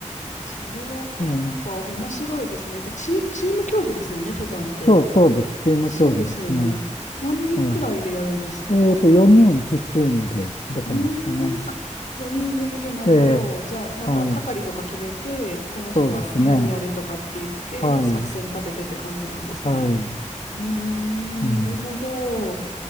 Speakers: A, on the left (about 75°); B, on the left (about 60°).
A: それは、
B: ええ、
A: なんか面白いですね。で、チ、チーム競技ですよね、登山って。
B: そう、そうです。チーム競技ですね。
A: そうですよね。何人くらいでやるんですか
B: えええっと、4人チームで出てましたね。
A: うーん、あ、4人組でなるほど。
B: ええ、
A: じゃあ、なんか係とか決めて、
B: はい。
A: この人は何やるとかって言って、
B: そうですね。はい。
A: 作戦立ててって感じなんですね。
B: はい。
A: うーん、
B: うん。
A: なるほど。